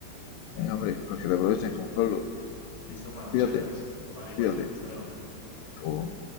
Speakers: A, on the left; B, on the left.
A: Venga, hombre, pues que te aprovechen, Juan Pablo.
B: Listo, pa, muchas
A: Cuídate,
B: gracias. Vale, igual.
A: cuídate.
B: Hasta luego.
A: Hasta luego.